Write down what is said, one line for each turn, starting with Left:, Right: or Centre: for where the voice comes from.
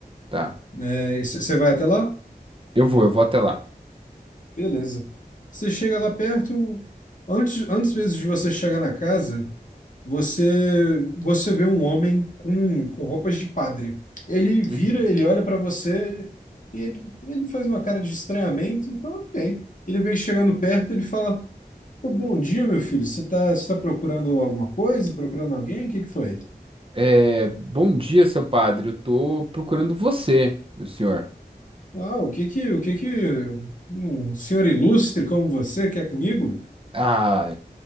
Right: Tá.
Left: É, e c- você vai até lá?
Right: Eu vou, eu vou até lá.
Left: Beleza. Você chega lá perto, antes, antes mesmo de você chegar na casa, Você você vê um homem com, com roupas de padre. Ele vira,
Right: Uhum.
Left: ele olha para você e ele, ele faz uma cara de estranhamento. Então, ok. Ele vem chegando perto, ele fala: "Pô, bom dia, meu filho. Você está você tá procurando alguma coisa? Procurando alguém? O que que foi?
Right: É, bom dia, seu padre. Eu tô procurando você, meu senhor.
Left: Ah, o que que o que que um senhor ilustre como você quer comigo?
Right: Ah,